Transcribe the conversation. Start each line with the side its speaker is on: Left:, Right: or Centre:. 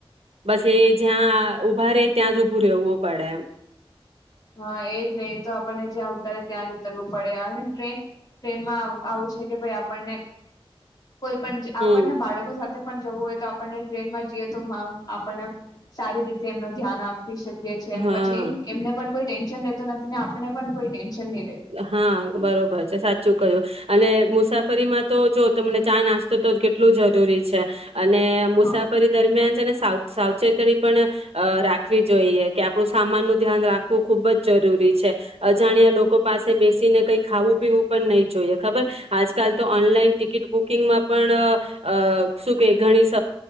Right: બસ એ જ્યાં ઊભા રે ત્યાં જ ઊભું રહેવું પડે એમ.
Left: હા એજ નહીં તો આપણને જ્યાં ઉતારે ત્યાં જ ઉતરવું પડે અને ટ્રેન-ટ્રેનમાં. આવું છે કે ભાઈ આપણને કોઈ પણ જ
Right: હમ
Left: આપણને બાળકો સાથે પણ જવું હોય તો આપણને ટ્રેનમાં જઈએ તો આપણને સારી રીતે એમનું ધ્યાન આપ પી શકીએ છીએ અને
Right: હા
Left: પછી એમને કોઈ ટેન્શન રહેતો નથી ને આપણને પણ કોઈ ટેન્શન ર
Right: હા બરોબર છે સાચું કહ્યું. અને મુસાફરીમાં તો જો તમને ચા નાસ્તો તો કેટલું જરૂરી છે. અને મુસાફરી
Left: હા
Right: દરમિયાન છેને સાવ સાવચેતણી પણ અહ રાખવી જોઈએ કે આપણું સામાન નું ધ્યાન રાખવું ખુબ જ જરૂરી છે. અજાણ્યા લોકો પાસે બેસ સીને કંઈ ખાવું પીવું પણ નહીં. જોઈએ ખબર આજકાલ તો ઓનલાઈન ટિકિટ બુક કિંગમાં પણ અહ શું કેય ઘણી સ